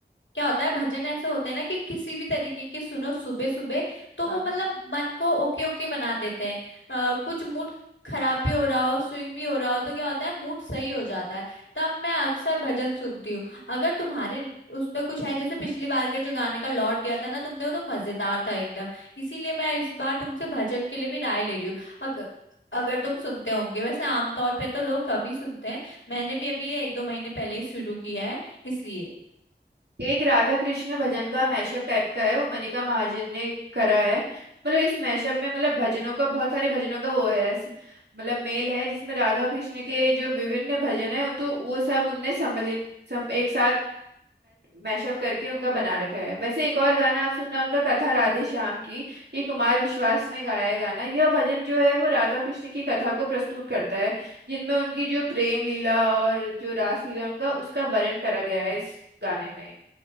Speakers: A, on the left; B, on the right.
A: क्या होता है भजन ऐसे होते हैं ना कि किसी भी तरीके के सुनो सुबह सुबह तो
B: हाँ
A: वो मतलब मन को ओके ओके बना देते हैं अ, कुछ मूड खराब भी हो रहा हो स्विंग भी हो रहा हो तो क्या होता है मूड सही हो जाता है तब मैं अक्सर भजन सुनती हूँ अगर तुम्हारे उसमें कुछ है जैसे पिछली बार के जो गाने का लॉट दिया था ना तुमने वो तो मजेदार था एकदम इसीलिए मैं इस बार तुमसे भजन के लिए भी राय ले रही हूँ अगर अगर तुम सुनते होंगे वैसे आमतौर पे तो लोग कम ही सुनते हैं मैंने भी अभी ये एक दो महीने पहले ही शुरू किया है इसलिए
B: एक राधा कृष्ण भजन का मैशअप टाइप का है वो मनिका महाजन ने करा है मतलब इस मैशअप में मतलब भजनों का बहुत सारे भजनों का वो है स- मतलब मेल है जिसमें राधा कृष्ण के जो विभिन्न भजन है तो वो सब उनने सम्मिलित सम, एक साथ मैशअप करके उनका बना रखा है वैसे एक और गाना आप सुनना उनका कथा राधे श्याम की ये कुमार विश्वास ने गाया है गाना यह भजन जो है वो राधा कृष्ण की कथा को प्रस्तुत करता है जिनमें उनकी जो प्रेम लीला और जो रास लीला उनका उसका वर्णन करा गया है इस गाने में